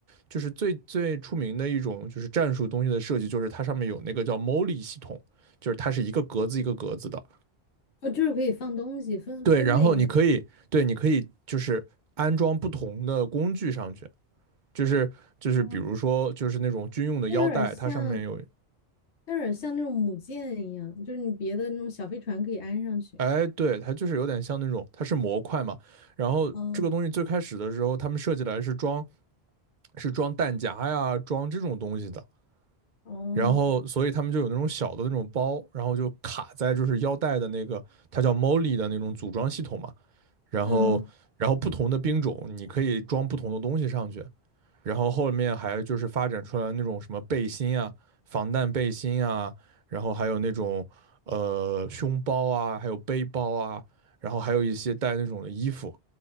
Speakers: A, on the right; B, on the left.
A: 就是最最出名的一种就是战术东西的设计，就是它上面有那个叫 MOLI 系统，就是它是一个格子一个格子的。
B: 哦，就是可以放东西分分类是吗？
A: 对，然后你可以，对，你可以就是安装不同的工具上去，就是就是比如说就是那种军用的腰带，
B: 哦，它有点儿像，
A: 它上面有
B: 它有点儿像那种母舰一样，就是你别的那种小飞船可以安上去。
A: 哎，对，它就是有点像那种，它是模块嘛。然后这个东西最开始的时候，
B: 嗯，
A: 他们设计来是装，是装弹夹呀，装这种东西的。
B: 哦，
A: 然后，所以他们就有那种小的那种包，然后就卡在就是腰带的那个，它叫 Molly 的那种组装系统嘛。然后然后不同的兵种你可以装不同的东西上去，
B: 嗯
A: 然后后面还就是发展出来那种什么背心啊、防弹背心啊，然后还有那种呃胸包啊，还有背包啊，然后还有一些带那种的衣服，